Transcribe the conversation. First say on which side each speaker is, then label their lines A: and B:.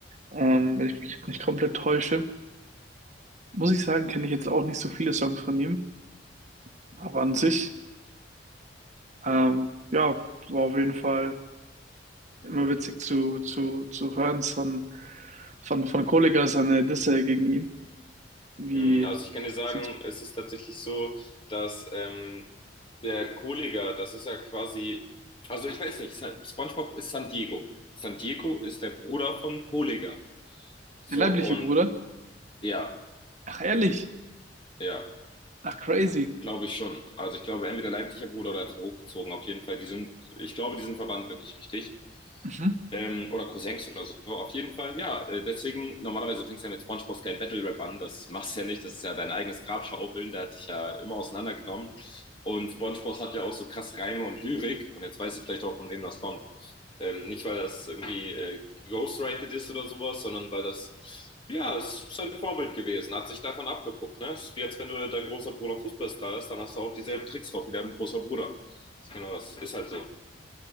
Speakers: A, on the right (about 40°); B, on the left (about 30°).
A: Ähm, wenn ich mich jetzt nicht komplett täusche, muss ich sagen, kenne ich jetzt auch nicht so viele Songs von ihm. Aber an sich, ähm, ja, war auf jeden Fall immer witzig zu, zu, zu hören von, von, von Kollegah seine Disse gegen ihn. Wie
B: Mm, Also ich kann dir sagen,
A: sieht
B: es ist tatsächlich so, dass ähm, der Kollega, das ist ja quasi, also ich weiß nicht, Sa- SpongeBob ist San Diego. San Diego ist der Bruder von Kollega. So
A: der leibliche
B: und
A: Bruder?
B: ja.
A: Ach, ehrlich?
B: Ja,
A: Ach, crazy.
B: Glaube ich schon. Also ich glaube, entweder leipziger Bruder oder hat ihn hochgezogen. Auf jeden Fall, die sind, ich glaube, die sind verwandt wirklich richtig.
A: Mhm.
B: Ähm, oder Cousins oder so. Auf jeden Fall, ja. äh, Deswegen, normalerweise fängst du ja mit SpongeBob's kleinen Battle Rap an. Das machst du ja nicht. Das ist ja dein eigenes Grabschaufeln. Der hat dich ja immer auseinandergenommen. Und SpongeBob hat ja auch so krass Reime und Lyrik. Und jetzt weißt du vielleicht auch, von wem das kommt. Ähm, nicht, weil das irgendwie äh, geghostwritet ist oder sowas, sondern weil das, ja, es ist sein Vorbild gewesen, hat sich davon abgeguckt. Ne? Ist wie als wenn du dein großer Bruder Fußballstar ist, dann hast du auch dieselben Tricks drauf wie dein großer Bruder. Genau, das ist halt so.